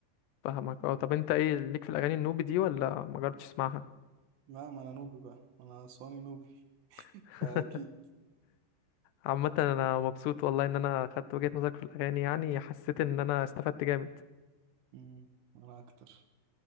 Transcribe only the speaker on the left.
فاهمك اه طب انت ايه ليك في الاغاني النوبي دي ولا ما جربتش تسمعها
<laughs>
عامة انا مبسوط والله ان انا خدت وجهة نظرك في الاغاني يعني حسيت ان انا استفدت جامد